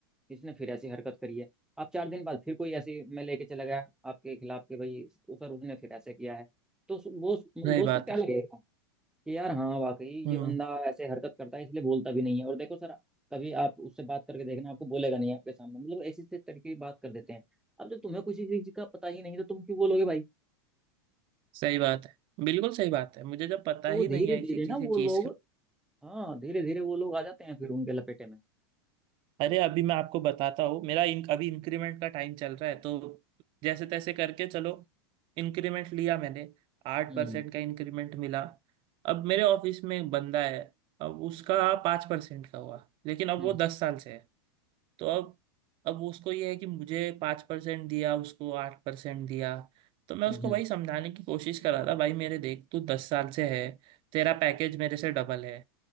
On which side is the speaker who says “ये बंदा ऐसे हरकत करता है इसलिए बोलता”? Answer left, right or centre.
Centre